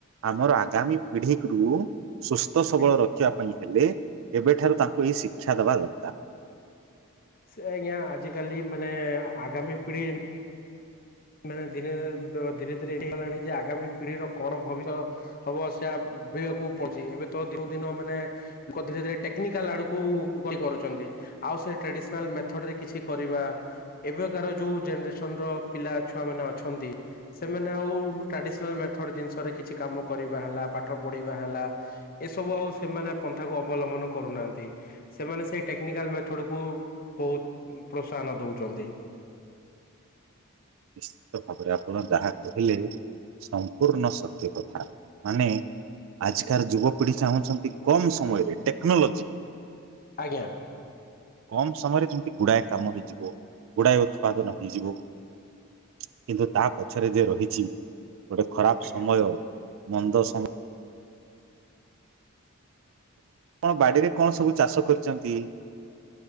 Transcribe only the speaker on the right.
ଆମର ଆଗାମୀ ପିଢିକ୍ ରୁ ସୁସ୍ଥ ସବଳ
ରଖିବା ପାଇଁ ହେଲେ ଏବେଠାରୁ ତାଙ୍କୁ ଏହି ଶିକ୍ଷା ଦବା ଦରକାର।
ନିଶ୍ଚିତ ଭାବରେ ଆପଣ ଯାହା କହିଲେ ସମ୍ପୂର୍ଣ୍ଣ ସତ୍ୟ କଥା। ମାନେ ଆଜିକାର ଯୁବପିଢି ଚାହୁଁଛନ୍ତି କମ୍ ସମୟରେ ଟେକ୍ନୋଲୋଜି
କମ୍ ସମୟରେ ଯେଉଁ ଗୁଡାଏ କାମ ହେଇଯିବ। ଗୁଡାଏ ଉତ୍ପାଦନ ହେଇଯିବ। କିନ୍ତୁ ତା ପଛରେ ଯେ ରହିଛି ଗୋଟେ ଖରାପ
ସମୟ। ମନ୍ଦ ସମ ଣ ବାଡିରେ କଣ ସବୁ ଚାଷ କରିଚନ୍ତି।